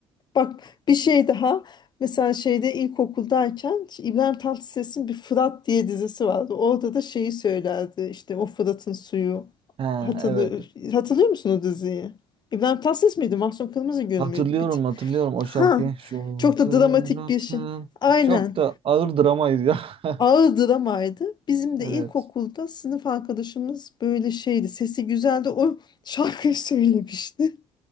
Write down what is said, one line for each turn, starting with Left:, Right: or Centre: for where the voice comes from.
Left: Bak bir şey daha. Mesela şeyde ilkokuldayken İbrahim Tatlıses'in bir Fırat diye dizisi vardı. Orada da şeyi söylerdi. İşte o Fırat'ın suyu.
Right: Ha,
Left: Hatırlıyor,
Right: evet.
Left: hatırlıyor musun o diziyi? İbrahim Tatlıses miydi? Mahsun Kırmızıgül
Right: Hatırlıyorum,
Left: müydü? Bir... t-
Right: hatırlıyorum o
Left: Ha.
Right: şarkıyı. Şoför
Left: Çok da dramatik
Right: atın.
Left: bir şey. Aynen.
Right: Çok da ağır dramaydı ya. <laughs>
Left: ağır dramaydı. Bizim de
Right: Evet.
Left: ilkokulda sınıf arkadaşımız böyle şeydi. Sesi güzeldi. O şarkıyı söylemişti. <laughs>